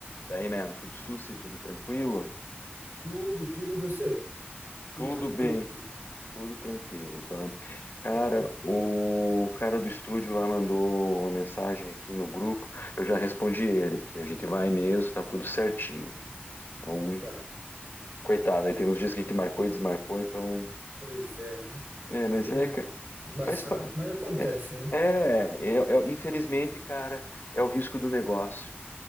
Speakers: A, on the left; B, on the right.
A: Daí, man, tudo sussa, tudo tranquilo?
B: Tudo, tudo, e você? Tudo
A: Tudo
B: tranquilo,
A: bem,
B: que,
A: tudo tranquilo, tá? Cara,
B: que bom.
A: o cara do estúdio lá mandou uma mensagem aqui no grupo, eu já respondi ele, que a gente vai mesmo, tá tudo certinho. Então,
B: Tá,
A: coitado, aí tem uns dias que a gente marcou e desmarcou, então.
B: pois é, né?
A: É, mas
B: Aí
A: é,
B: é
A: ca-
B: embaçado,
A: faz. pa-
B: mas acontece,
A: É,
B: né?
A: é, é, é- é, infelizmente, cara, é o risco do negócio,